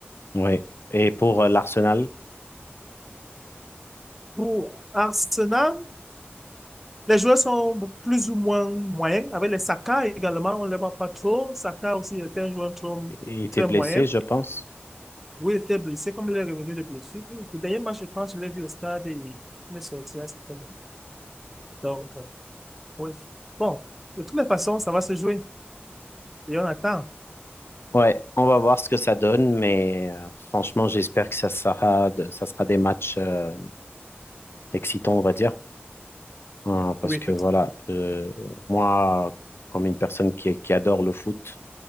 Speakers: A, on the left; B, in the centre.
A: ouais. Et pour euh, l'Arsenal,
B: Pour Arsenal, les joueurs sont plus ou moins moyens. Avec les Saka également, on ne les voit pas trop. Saka aussi était un joueur trop-
A: il était
B: très
A: blessé,
B: moyen.
A: je pense.
B: Oui, il était blessé, comme il est revenu de blessure. Le dernier match, je pense, je l'ai vu au stade et il est sorti à un certain moment. Donc, euh, oui. Bon, de toutes les façons, ça va se jouer et on attend.
A: Ouais, on va voir ce que ça donne, mais euh, franchement, j'espère que ça sera, de- ça sera des matchs euh, excitants, on va dire. Hein, parce
B: Oui,
A: que
B: effectivement.
A: voilà, euh, moi, comme une personne qui, qui adore le foot,